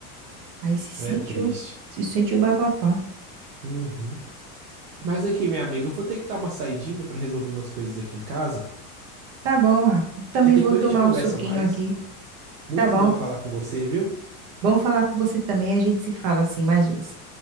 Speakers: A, on the right; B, on the right.
A: Aí se sentiu,
B: É triste.
A: se sentiu bafafá.
B: Uhum. Mas aqui, minha amiga, eu vou ter que dar uma saidinha pra resolver umas coisas aqui em casa
A: Tá bom, Rafa. Também
B: e depois
A: vou tomar
B: a gente conversa
A: um suquinho
B: mais.
A: aqui.
B: Muito
A: Tá bom.
B: bom falar com você, viu?
A: Bom falar com você também. A gente se fala assim mais vezes.